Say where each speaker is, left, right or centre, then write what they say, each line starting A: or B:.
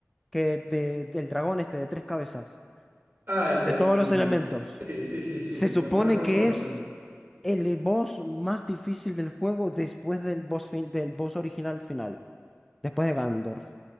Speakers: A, in the centre; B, on the right.
A: que de, del dragón este de tres cabezas,
B: Ah, el, el...
A: de todos los elementos.
B: Sí, sí, sí, sí,
A: Se supone
B: no, no recuerdo
A: que
B: el nombre,
A: es
B: pero sí.
A: el boss más difícil del juego después del boss, fin- del boss original final, después de Gandorf.